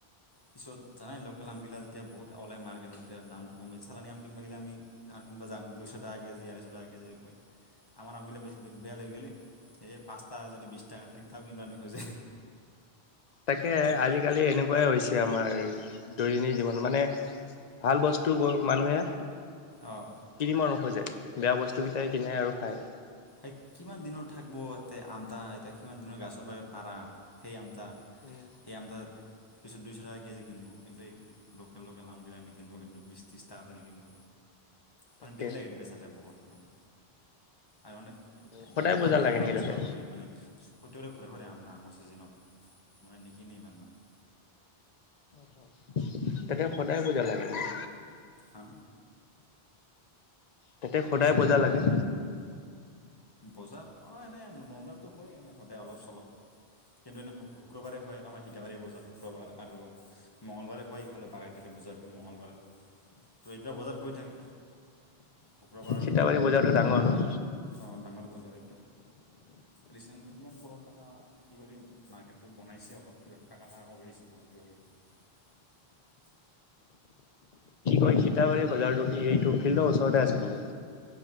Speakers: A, on the left (about 25°); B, on the left (about 45°).
A: পিছত জানাই লোকেল আমগিলা যেতিয়া বহুত। ওাই মাৰ্কেটত এতিয়া দামটো কমিছে চালানি আম কিনবা গেলে আমি জাহাজী আম কিনবা জাং দুইশ টকা কেজি আৰাইশ টকা কেজি কয়। আমাৰ আমগিলা বেছবা লৈ গলে এ পাঁচটা যদি বিশ টকাত দিম তও কিনিবা নোখোজে।
B: তাকে
A: মানে
B: আজিকালি এনে এনেকুৱাই হৈছে আমাৰ দৈন্দিক জীৱনত মানে ভাল বস্তু ব মানুহে।
A: অঁ
B: তিনি মানসো যায়। বেয়া বস্তু কেইটাই কিনে আৰু খাই।
A: এই কিমান দিনৰ থাকিব এ আমটা এতিয়া কিমান দিনৰ গাছৰ পৰা পাৰা সেই আম।
B: উম,
A: সেই আম তা। পিছত দুইশ টকা কেজি কিনিব কিন্তু এই লোকেল লোকেল আমগিল নিকিনিব। কিন্তু বিশছ ত্ৰিছ টকাতে নিকিনিব। মান
B: তাকে
A: দেৰি লাগে বেচাতে বহুত। মানে আৰু মানে গাঁৱলীয়া
B: সদায় বজাৰ
A: জাতনা
B: লাগে নেকি
A: বেচাব
B: তাতে
A: নোৱাৰি মানে প্ৰত্যেকৰে ঘৰে ঘৰে আমনা আমাৰ ছিজনত। ত মানে নিকিনি ইমান মানে।
B: অ'হ। তেতিয়া সদায় বুজা লাগে নেকি।
A: হা
B: তাতে সদায় বজা লাগে।
A: বজাৰ অ এনে নৰ্মেলটো হয় এনে সদায় অলপ চলপ। কিন্তু এনেই শু শুক্ৰবাৰে হয় আমাৰ সীদাবাৰী বজাৰ শুক্ৰবাৰ আৰু মঙলবাৰে হয় ইফালে বাগাইতালী বজাৰ। মঙ্গলবাৰে তো এতিয়া বজাৰ হৈ থাকে শুক্ৰবাৰ
B: থিতাবাৰী বজাৰটো ডাঙৰ ন
A: অ ডাঙৰ বজাৰে লিচেন কোও কোওকিমান টকা খৰচ কৰি জনাইছে অলপ কিবা থাক কৰি দিছে বহুত কিবা কিবি
B: অই সীতাবাৰী বজাৰটো এই টুফিল্ডৰ ওচৰতে আছে নেকি